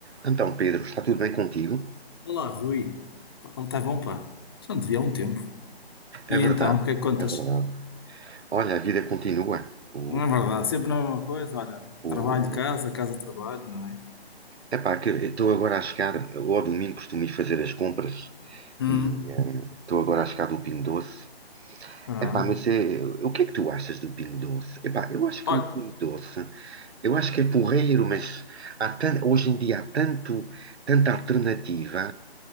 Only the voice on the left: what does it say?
Olá, Rui. Pá, Está bom, pá. Já não te vi há um tempo. E
então,
o que é que contas?
Não é verdade, sempre na mesma coisa. Olha,
trabalho, casa, casa, trabalho, não é?
Hum,
ah.
Olha,